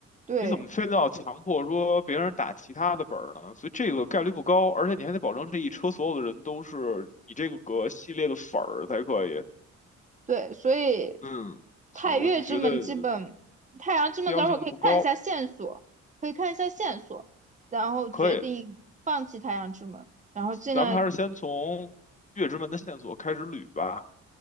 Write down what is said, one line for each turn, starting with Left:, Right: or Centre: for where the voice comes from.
Right: 对。
Left: 你怎么非得要强迫说别人打其他的本儿呢？所以这个概率不高，而且你还得保证这一车所有的人都是你这个系列的粉儿才可以。
Right: 对，所以
Left: 嗯，所以我就觉得
Right: 太岳之门基本，太阳之门等会儿可以看一下线索，
Left: 必要性不高，
Right: 可以看一下线索，然后决定放弃太阳之门，
Left: 可以。
Right: 然后尽量
Left: 咱们还是先从月之门的线索开始捋吧。